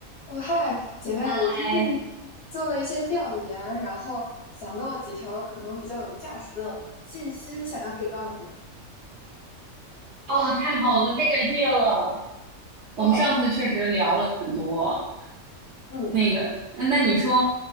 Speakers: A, on the left; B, on the right.
A: 哦，嗨，姐妹，我最近
B: 哎，
A: 做了一些调研，然后想到了几条可能比较有价值的信息，想要给到你。
B: 哦，太好了，太感谢了。我们上次确实聊了很多，
A: 哦，嗯
B: 那个，那那你说